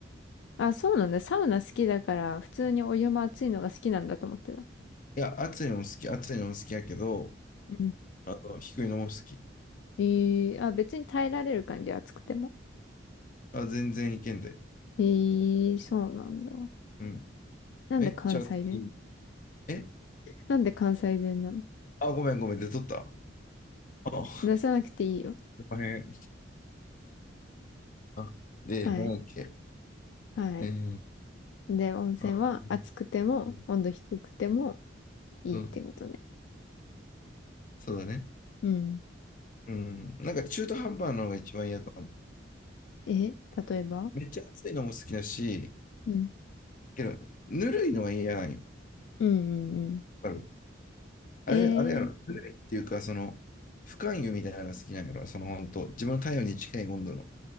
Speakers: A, on the left; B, on the left.
A: あ、そうなんだ。サウナ好きだから、普通にお湯も熱いのが好きなんだと思ってた。
B: いや、暑いのも好き、暑いのも好きやけど、
A: うん。
B: あの、低いのも好き。
A: えー、あ、別に耐えられる感じ、熱くても。
B: あ、全然いけんで。
A: えー、そうなんだ。
B: うん。
A: なんで関西弁
B: めっちゃ熱い。え
A: なんで関西弁なの
B: あ、ごめんごめん、出とったあ、
A: 出さなくていいよ。
B: 大変。あ、で、
A: はい。
B: なんだっけ。
A: はい。
B: えー、
A: で、温泉は熱くても、
B: あ、うん、
A: 温度低くてもいいってことね。
B: うんそうだね。
A: うん。
B: うん。なんか中途半端なのが一番嫌かも。
A: え、例えば
B: めっちゃ暑いのも好きだし、
A: うん。
B: けど、ぬるいのは嫌なんよ。
A: うんうんうん。
B: わかる。あれ、
A: え
B: あれやろ。
A: え
B: ぬるいっていうか、その、不感湯みたいなのが好きなんやろ。その、本当自分の体温に近い温度の